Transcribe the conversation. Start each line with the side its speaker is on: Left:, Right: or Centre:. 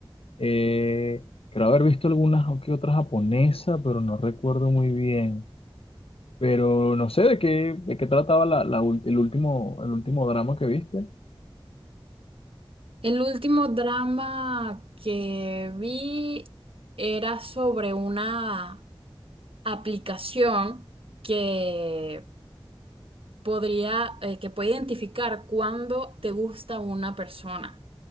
Left: Eh, creo haber visto algunas o que otras japonesas, pero no recuerdo muy bien. Pero no sé de qué, de qué trataba la, la ul- el último, el último drama que viste.
Right: El último drama que vi era sobre una aplicación que podría, eh, que puede identificar cuándo te gusta una persona.